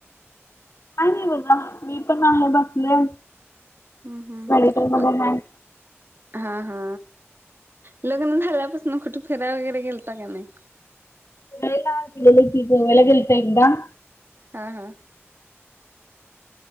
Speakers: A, on the left; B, on the right.
A: काही नाही, बघा मी पण आहे बसले.
B: हम्म! हम्म
A: मेडिकल मध्ये
B: मग
A: आहे.
B: हा हा. लग्न झाल्यापासून कुठं फिरायं वगैरे गेलता, की नाही?
A: <unintelligible> गोव्याला गेलतो, एकदा
B: हां हां.